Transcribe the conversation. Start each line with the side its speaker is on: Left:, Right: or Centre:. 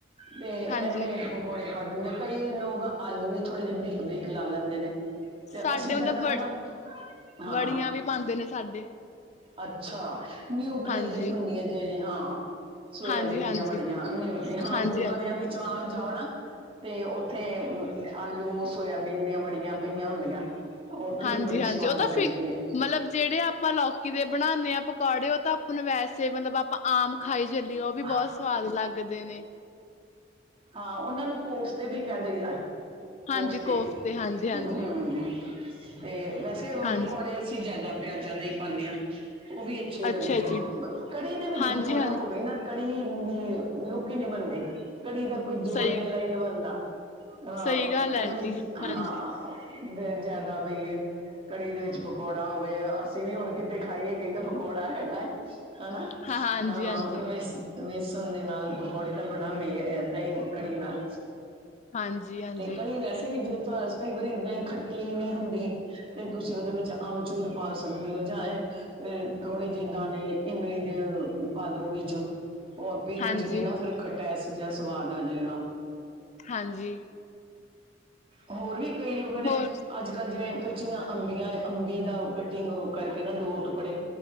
Right: ਤੇ
Left: ਹਾਂਜੀ
Right: ਐਵੇਂ ਪਕੌੜੇ ਪਾ ਦਿੰਦੇ ਆ। ਕਈ ਲੋਗ ਆਲੂ ਵੀ ਥੋੜੇ ਜੇ ਬਰੀਕ-ਬਰੀਕ ਲਾ ਲੈਂਦੇ ਨੇਂ। ਤੇ
Left: ਸਾਡੇ
Right: ਅਸੀ ਜਾਦਾ
Left: ਮਤਲਬ ਵ
Right: ਨਾਂ, ਹਾਂ।
Left: ਵੜੀਆਂ ਵੀ ਪਾਉਂਦੇ ਨੇ ਸਾਡੇ
Right: ਅੱਛਾ ਨਿਊਟਰੀ
Left: ਹਾਂਜੀ
Right: ਜੜੀ ਹੁੰਦੀ ਐ, ਜੜੀ ਹਾਂ, ਸੋਏਆਬੀਨ
Left: ਹਾਂਜੀ ਹਾਂਜੀ
Right: ਦੀਆਂ ਵ ੜੀਆਂ ਨਿਊਟਰੀ, ਹਾਂ
Left: ਹਾਂਜੀ
Right: ਗੁਰਦਵਾਰਿਆਂ
Left: ਹਾਂਜੀ
Right: ਵਿੱਚ ਆਮ ਜਾਓ ਨਾਂ ਤੇ ਓਥੇ, ਮ ਆਲੂ, ਸੋਇਆਬੀਨ ਦੀਆਂ ਵੜੀਆਂ ਪਈਆਂ ਹੁੰਦੀਆਂ। ਓਥੇ
Left: ਹਾਂਜੀ-ਹਾਂਜੀ
Right: ਵੀ ਬੜੀ ਸਵਾਦ
Left: ਉਹ ਤਾਂ
Right: ਲੱਗਦੀ
Left: ਫਿ
Right: ਐ।
Left: ਮਤਲਬ ਜੜੇ ਆਪਾਂ ਲੋਕੀ ਦੇ ਬਣਾਨੇ ਆਂ ਪਕੌੜੇ ਓ ਤਾਂ ਆਪਾਂ ਨੂੰ ਵੈਸੇ ਮਤਲਬ ਆਪਾਂ ਆਮ ਖਾਈ ਚਲੀਏ ਓ ਵੀ
Right: ਹਾਂ
Left: ਬੋਤ ਸਵਾਦ ਲੱਗਦੇ ਨੇਂ।
Right: ਹਾਂ ਓਨਾਂ ਨੂੰ ਕੋਫਤੇ ਵੀ ਕੈ ਦਈ ਦੈ। ਕੋਫਤੇ,
Left: ਹਾਂਜੀ ਹਾਂਜੀ-ਹਾਂਜੀ,
Right: ਅ। ਤੇ ਵੈਸੇ ਓ
Left: ਹਾਂਜੀ
Right: ਪਕੌੜੇ
Left: ਹਾਂਜੀ
Right: ਅਸੀ ਜਿਆਦਾ ਪਿਆਜਾਂ ਦਾ ਈ ਪਾਨੇਂ ਆਂ, ਓ ਵੀ ਅੱਛੇ
Left: ਅੱਛਾ
Right: ਲੱਗਦੇ ਨ।
Left: ਜੀ
Right: ਕੜੀ ਦੇ ਵਿੱਚ
Left: ਹਾਂਜੀ-ਹਾਂਜੀ
Right: ਪਕੌੜਾ ਹੋਵੇ ਨਾ ਕੜੀ ਹੀ ਇੰਨੀ ਲੁੱਕ ਈ ਨੀਂ ਬਣਦੀ। ਕੜੀ ਦਾ ਕੋਈ ਜੋੜ-ਮੇਲਾ
Left: ਸਹੀ
Right: ਈ ਨੀਂ ਬਣਦਾ, ਹਾਂ
Left: ਸਹੀ ਗੱਲ
Right: ਕੜੀ
Left: ਹੈ ਆਂਟੀ
Right: 'ਚ
Left: ਹਾਂਜੀ
Right: ਹਾਂ। ਬ ਜ਼ਿਆਦਾ ਬਈ ਏ। ਕੜੀ ਦੇ ਵਿੱਚ ਪਕੌੜਾ ਹੋਵੇ, ਅਸੀਂ ਵੀ ਹੁਣ ਕਿਤੇ ਖਾਈਏ ਕਈ ਦੈ ਪਕੌੜਾ ਹੈਗਾ ਐ। ਹਨਾ,
Left: ਹਾਂ ਹਾਂਜੀ-ਹਾਂਜੀ,
Right: ਹਾਂ ਵੇਸ-ਵੇਸਣ ਦੇ ਨਾਲ ਪਕੌੜੇ ਦਾ ਬੜਾ ਮੇਲ ਅ ਦਈਂ ਕੜੀ ਨਾਲ
Left: ਹਾਂਜੀ-ਹਾਂਜੀ,
Right: ਤੇ ਕੜੀ
Left: ਹਾਂਜੀ,
Right: ਵੈਸੇ ਵੀ ਜੇ ਤੁਆ ਸ ਕਈ ਵਾਰੀ ਦਈਂ ਖੱਟੀ ਵੀ ਹੁੰਦੀ ਤੇ ਤੁਸੀ ਓਦੇ ਵਿੱਚ ਆਮਚੂਰ ਪਾ ਸਕਦੇ ਓ ਜਾਂ ਐਂ ਤੇ ਥੋੜੇ ਜੇ ਦਾਣੇ ਇਮਲੀ ਦੇ ਓ ਪਾ ਦੋ ਵਿੱਚ। ਓ ਆਪੇ ਈ ਰਿੱਝ
Left: ਹਾਂਜੀ
Right: ਕੇ
Left: ਹਾਂਜੀ
Right: ਨਾ ਫੇਰ ਖਟੈਸ ਜਾ ਸਵਾਦ ਆਜੇਗਾ।
Left: ਹਾਂਜੀ।
Right: ਹੋਰ ਵੀ ਕਈ ਲੋਗਾਂ ਨੇਂ,
Left: ਹੋਰ
Right: ਅੱਜ ਕੱਲ੍ਹ ਜਿਵੇਂ ਕੱਚੀਆਂ ਅੰਬੀਆਂ ਏ ਅੰਬੀ ਦਾ ਓ ਕੱਟਿੰਗ ਵ ਕਰਕੇ ਨਾਂ ਦੋ ਟੁਕੜੇ